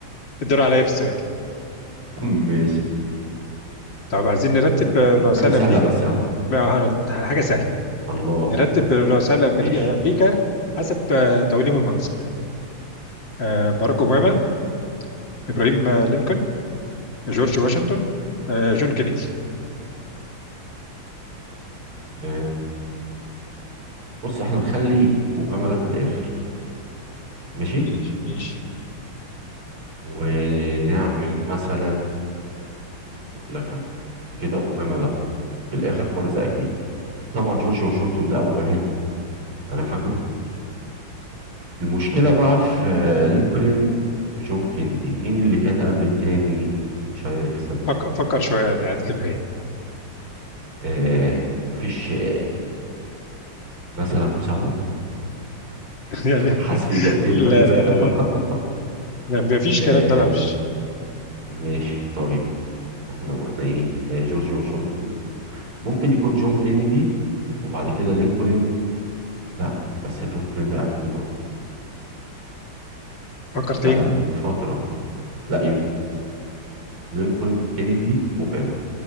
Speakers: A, on the left; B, on the right.
A: الدور عليا في السؤال
B: ماشي
A: طب عايزين نرتب الرؤساء
B: حاجه سهله
A: الأمريكا
B: بس ها
A: ما هن- حاجة سهلة
B: الله
A: نرتب الرؤساء الأمري-
B: ماشي
A: أمريكا حسب آه، توليهم المنصب آه، باراك أوباما إبراهيم آه، لينكولن جورج واشنطن آه، جون كينيدي
B: آه، بص احنا نخلي اوباما ده في الاخر ماشي
A: ماشي ماشي
B: ونعمل مثلا اقول لك انا كده اوباما لا في الاخر خالص ده اكيد طبعا جورج واشنطن ده اول واحد انا فاكره المشكلة بقى في لينكولن وجون كينيدي مين اللي كان قبل التاني مش عارف صدق
A: فك- فكر شوية قاعد كده إيه.
B: آه مفيش آه مثلا مساعدة
A: <laughs> يعني
B: حذف إجابتين
A: لا
B: طيب <laughs>
A: لا لا لا لا مفيش
B: آه
A: كلام ده بقى مفيش
B: ماشي طيب احنا قلنا ايه آه جورج واشنطن ممكن يكون جون كينيدي وبعد كده لينكولن لا بس لينكولن ده قبل باراك أوباما
A: فكر تاني
B: لا ده كان بفترة لا يبقى لينكولن كينيدي أوباما